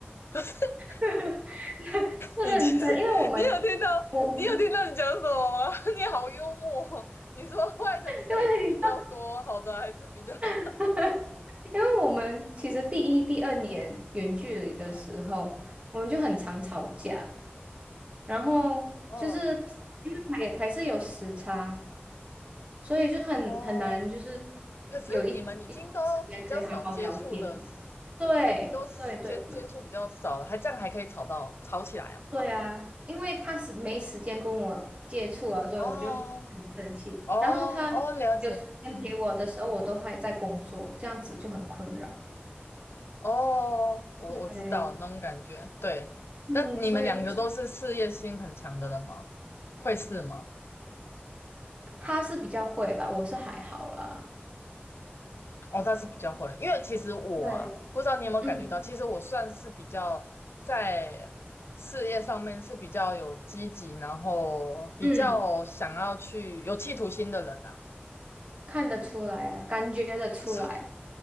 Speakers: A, on the left (about 75°); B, on the right (about 30°).
A: <laughs>
B: <laughs> 是认真，
A: 你其实 <laughs>
B: 因为我们
A: 你有听到你有听到你讲什么吗？
B: 我们
A: <laughs> 你好幽默哦你说坏的不是还是比较多，
B: 因为
A: 好的还是比较少。
B: <laughs> 因为我们其实第一、第二年远距离的时候，
A: <laughs> 嗯，
B: 我们就很常吵架，然后就是
A: 哦
B: 因为还还是有时差，所以就很很难，
A: 哦，
B: 就是
A: 可是你们已经都比较少接触的，
B: 有一一段时间可以好好聊天。对对对对，
A: 可是你们都时间接触比较少了，还这样还可以吵到吵起来啊？
B: 对呀，因为他是没时间跟我接触啊，所以我就很生气。
A: 哦哦
B: 然后他有时间陪我的时候，
A: 哦，了解，嗯。
B: 我都还在工作，这样子就很困扰。
A: 哦，我我知道那种感觉，
B: 对，
A: 对。
B: 嗯，
A: 但你们两个都是事业心很强的人吗？
B: 所以就是
A: 会是吗？
B: 他是比较会啦，我是还好啦。
A: 哦，他是比较会，因为其实我啊，
B: 对，
A: 不知道你有没有感觉到，
B: 嗯
A: 其实我算是比较在事业上面是比较有积极，然后比较想要去有企图心的人啊。
B: 嗯，看得出来啊，感觉得出来，
A: <laughs> 所以